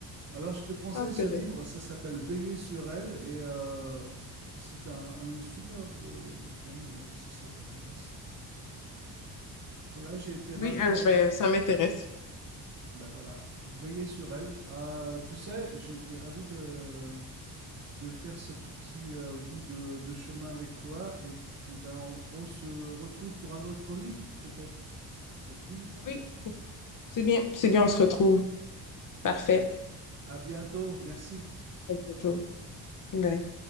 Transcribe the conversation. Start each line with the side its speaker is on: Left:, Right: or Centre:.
Right: Alors je te conseille
Left: Ah, c'était
Right: ce livre,
Left: bien.
Right: ça s'appelle Veiller sur elle et euh, c'est un, un superbe euh, bouquin d'ailleurs, si ça t'intéresse. Voilà, j'ai été ravi
Left: Oui, euh,
Right: d'avoir...
Left: je vais- ça m'intéresse.
Right: Ben voilà, Veiller sur elle. Euh, tu sais, j'ai été ravi de, de faire ce petit euh, bout de, de chemin avec toi et puis ben on on se retrouve pour un autre livre peut-être. Ça te dit?
Left: Oui, c'est bien. C'est bien, on se retrouve. Parfait.
Right: À bientôt, merci.
Left: À bientôt. Bye.